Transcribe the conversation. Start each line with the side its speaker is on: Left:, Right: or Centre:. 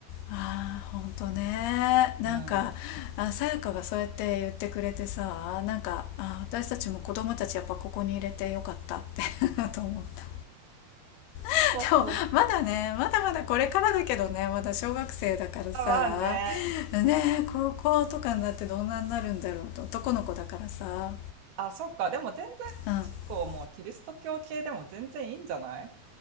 Left: あほんとねなんか
Right: うん。
Left: さやかがそうやって言ってくれてさなんかあ私たちも子供たちやっぱここに入れてよかったって <laughs> と思った <laughs>
Right: そうそうそう。
Left: でもまだねまだまだこれからだけどねまだ小学生だからさ
Right: あ、まあね。
Left: ねえ高校とかになってどんなになるんだろうと男の子だからさ
Right: あ、そっか。でも全然中高もキリスト教系でも全然いいんじゃない
Left: う